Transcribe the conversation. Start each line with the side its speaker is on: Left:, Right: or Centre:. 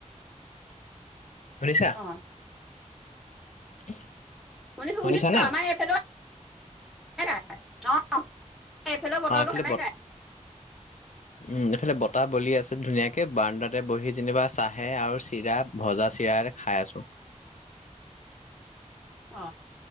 Left: শুনিছা?
Centre: অ'।
Left: <unintelligible>
Centre: শুনিছোঁ,
Left: শুনিছানে
Centre: শুনিছোঁ, আমাৰো এইফালেও <unintelligible> অ'। অ' এইফালে বতৰটো
Left: অ
Centre: সেমেকাই।
Left: বত উম, এইফালে বতাহ বলি আছে ধুনীয়াকে বাৰান্দাতে বহি যেনিবা চাহে আৰু চিৰা ভজা চিৰা খাই আছোঁ।
Centre: অ,